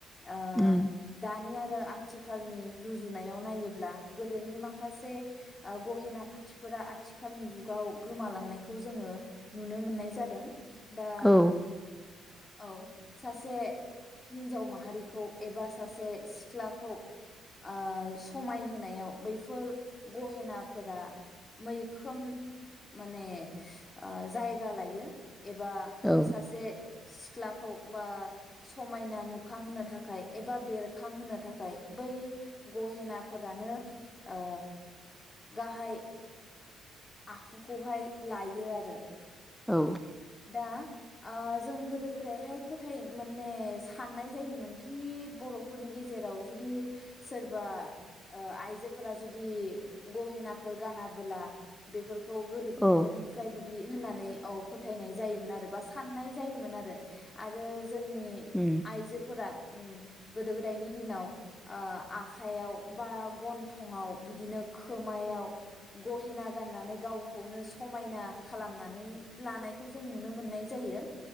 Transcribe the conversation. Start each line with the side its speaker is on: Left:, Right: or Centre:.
Left: ओ
Centre: उम
Left: दानि आरो आथिखालनि रुजुनायाव नायोब्ला गोदोनि माखासे ओ गहेना फाथिफोरा आथिखालनि जुगाव गोमालांनायखौ जोङो नुनो मोननाय जादों। दा
Centre: औ
Left: औ सासे हिन्जाव माहारिखौ एबा सासे सिख्लाखौ ओ समायहायाव बैफोर गहेनाफोरा मैखोम माने ओ जायगा लायो। एबा
Centre: औ
Left: सासे सिख्लाखौ बा समायना नुखांहोनो थाखाय एबा बेरखांहोनो थाखाय बै गहेनाफोरानो ओ गाहाय आखुखौहाय लायो आरो
Centre: औ
Left: दा ओ जों गोदो गोदायहाय फोथाय माने साननाय जायोमोन कि बर'फोरनि गेजेराव जुदि सोरबा ओ आइजोफोरा जुदि गहेनाफोर गानाबोला बेफोर खौ गोरिब
Centre: औ
Left: नखरनिफ्राय बिद बिदि होननानै औ फोथायनाय जायोमोन आरो बा साननाय जायोमोन आरो आरो जोंनि
Centre: उम
Left: आइजोफोरा उम गोदो गोदायनि दिनाव ओ आखाइयाव बा गन्थंआव बिदिनो खोमायाव गहेना गाननानै गावखौनो समायना खालामनानै लानायखौ जों नुनो मोननाय जायो।